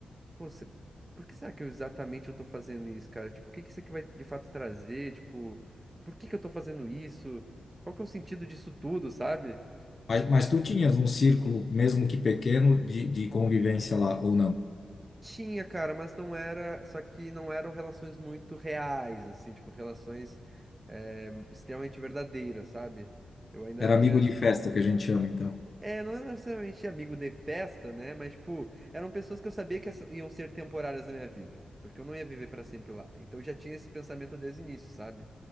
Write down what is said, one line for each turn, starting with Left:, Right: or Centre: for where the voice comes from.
Right: pô, se- por que será que eu exatamente eu tô fazendo isso, cara? Tipo, o que que isso aqui vai de fato trazer? Tipo, por que que eu tô fazendo isso? Qual que é o sentido disso tudo, sabe?
Left: Mas, mas tu tinhas um círculo, mesmo que pequeno, de, de convivência lá, ou não?
Right: Tinha, cara, mas não era, só que não eram relações muito reais, assim, tipo, relações, eh, extremamente verdadeiras, sabe? Eu ainda
Left: Era
Right: vinha
Left: amigo de festa que a gente chama, então.
Right: É, não é necessariamente amigo de festa, né? Mas, tipo, eram pessoas que eu sabia que essa- iam ser temporárias na minha vida, porque eu não ia viver pra sempre lá. Então eu já tinha esse pensamento desde o início, sabe?